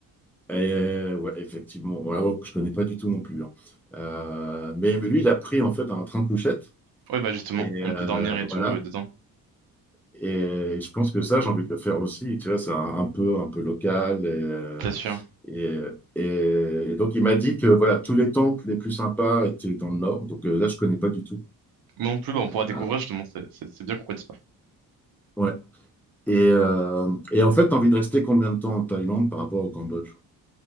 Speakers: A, in the centre; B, on the right (about 70°).
A: et- euh, ouais, effectivement. Ouais, alors que je connais pas du tout non plus. hein. Euh, mais, mais lui, il a pris, en fait, un train de couchette.
B: Oui, bah justement,
A: Et
B: on
A: euh,
B: peut dormir et tout
A: voilà.
B: euh, dedans,
A: Et je pense que ça, j'ai envie de le faire aussi. Tu vois, c'est un, un peu, un peu local. Et, euh,
B: c'est sûr.
A: et, et- et donc, il m'a dit que voilà, tous les temples les plus sympas étaient dans le nord. Donc euh, là, je connais pas du tout.
B: Moi non plus, bah, on pourra découvrir
A: hein.
B: justement, c'est c'est- c'est bien qu'on connaisse pas.
A: Ouais. Et, euh, et en fait, tu as envie de rester combien de temps en Thaïlande par rapport au Cambodge?